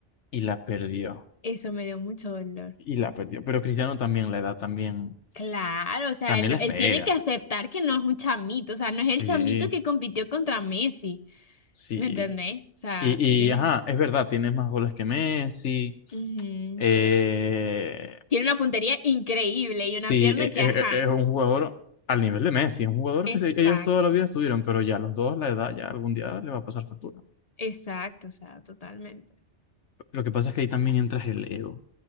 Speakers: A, on the left; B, on the left.
A: y la perdió.
B: Eso me dio mucho dolor.
A: Y la perdió. Pero Cristiano también la edad también,
B: Claro, o sea,
A: también
B: él, no-
A: les
B: él
A: pega.
B: tiene que aceptar que no es un chamito, o sea, no es el
A: Sí,
B: chamito que compitió contra Messi.
A: sí.
B: ¿Me entendés? O sea,
A: Y,
B: tiene,
A: y, ajá, es verdad, tienes más goles que Messi.
B: ujú.
A: eh,
B: Tiene una puntería increíble y
A: sí,
B: una pierna
A: e-
B: que,
A: e-
B: ajá,
A: e- es, un jugador al nivel de Messi, es un jugador
B: exacto,
A: que se- ellos toda la vida estuvieron, pero ya los dos, la edad, ya algún día le va a pasar factura.
B: exacto, o sea, totalmente.
A: Lo que pasa es que ahí también entras el ego.